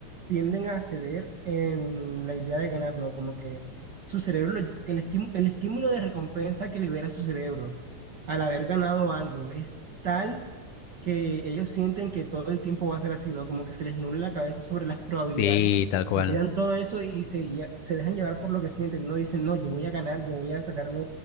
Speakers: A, on the right (about 55°); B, on the left (about 85°).
A: tienden a ceder en la idea de ganar, ¿no? Como que su cerebro, lo lle- que el estímulo, el estímulo de recompensa que libera su cerebro al haber ganado algo es tal que ellos sienten que todo el tiempo va a ser así, ¿no? Como que se les nubla la cabeza sobre las probabilidades,
B: Sí, tal cual.
A: olvidan todo eso y se, lle- se dejan llevar por lo que sienten, no dicen, no, yo voy a ganar, yo voy a sacarme